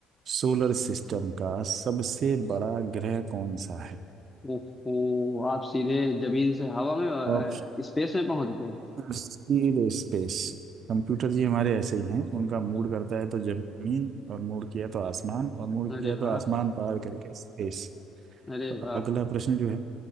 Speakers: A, on the right; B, on the left.
A: सोलर सिस्टम का सबसे बड़ा ग्रह कौन सा
B: ओहो आप सीधे जमीन से हवा में अ,
A: है
B: स्पेस में पहुंच गए
A: सीधे स्पेस कंप्यूटर जी हमारे ऐसे ही हैं उनका मूड करता है तो जमीन और मूड किया तो आसमान और मूड
B: अरे
A: किया तो
B: वाह
A: आसमान पार करके स्पेस
B: अरे
A: तो
B: वाह
A: अगला प्रश्न जो है